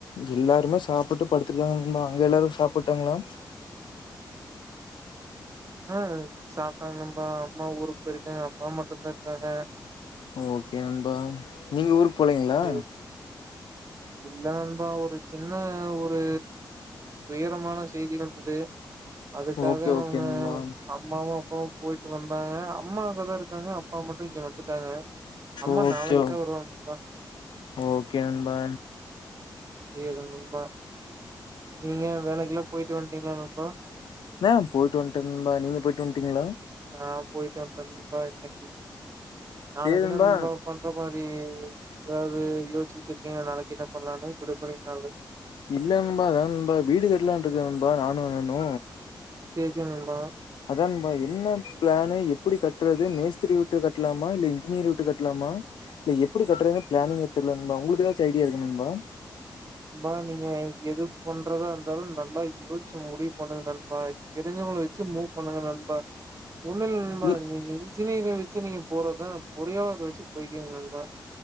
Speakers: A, on the left (about 80°); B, on the right (about 40°).
A: எல்லாருமே சாப்பிட்டு படுத்திருக்காங்க அங்க எல்லாரும் சாப்டாங்களா
B: ஆஹ் சாப்ட்டாங்க நம்பா அம்மா ஊருக்கு போயிருக்காங்க அப்பா மட்டும்தான் இருக்காங்க
A: ஓகே நண்பா நீங்க உருக் போலீங்களா
B: சேரி இல்ல நன்பா ஒரு சின்ன ஒரு துயரமான செய்தி வந்தது அதுக்காக
A: ஓகே
B: அவங்க
A: ஓகே நண்பா
B: அம்மாவு அப்பவு போயிட்டு வந்தாங்க அம்மா அங்கதா இருக்காங்க அப்பா மட்டு இங்க வந்துட் டாங்க அம்மா
A: ஓகே
B: நாளைக்குதா வருவாங்கப்பா
A: ஓகே நண்பா
B: <unintelligible> நீங்க வேலக்கெல்லா போயிட்டு வந்து <unintelligible> நண்பா
A: ந போயிட்டு வன்ட நன்பா நீங்க போயிட்டு வன்டிங்களா
B: ஆஹ் போயிட்டு வன்ட நண்பா இன்னகி நாளைக்கு
A: சேரி நண்பா
B: தா நன்பா <unintelligible> உம் எதாது யோசி வச்சிருக்க நாளைக்கு என்ன பண்ணலான்னு விடுமுறைநாள்னு
A: இல்ல நன்பா அதாது நன்பா வீடு கட்லா இருக்க நானு அருலு
B: <unintelligible> நன்பா
A: அதா நன்பா என்ன பிளானு எப்படி கட்டுறது மேஸ்திரி விட்டு கட்டலாமா இல்ல இன்ஜினியரிங் விட்டு கட்டலாமா இல்ல எப்படி கட்டுறதுன்னு பிளானிங்கே தெரியலண்பா உங்களுக்கு ஏதாச்சு ஐடியா இருக்காநண்பா
B: நண்பா நீங்க எது பண்றதா இருந்தாலு நல்லா யோசிச்சி முடிவு பண்ணுங்க நண்பா தெரிஞ்சவகல வச்சு மூவ் பண்ணுங்க நண்பா ஒண்ணில்ல நண்பா
A: ம்.
B: நீங்க இஜ்ஜினியரிங் வச் சுவியர் போறதா பொரியாளர் வச்சு போய்கங் நண்பா